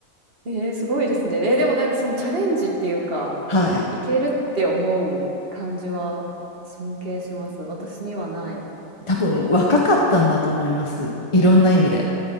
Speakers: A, on the right (about 40°); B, on the left (about 25°).
A: ええ、すごいですね。えー、でもなんかそのチャレンジっていうか、
B: はい。
A: いけるって思う感じは尊敬します。私にはない。
B: 多分若かったんだと思います。いろんな意味で。